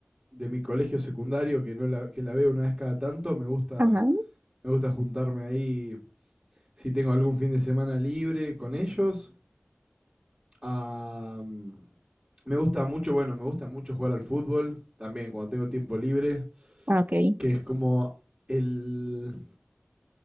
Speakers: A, on the right (about 25°); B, on the right (about 40°).
A: de mi colegio secundario, que no la, que la veo una vez cada tanto, me gusta,
B: Ajá,
A: me gusta juntarme ahí si tengo algún fin de semana libre con ellos. Am, me gusta mucho, bueno, me gusta mucho jugar al fútbol también cuando tengo tiempo libre,
B: ah, ok.
A: que
B: <laughs>
A: es como el...